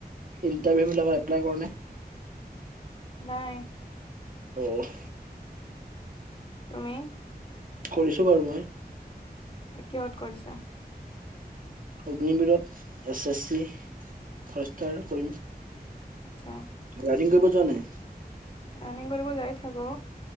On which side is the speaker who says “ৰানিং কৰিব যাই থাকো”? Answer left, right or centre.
Left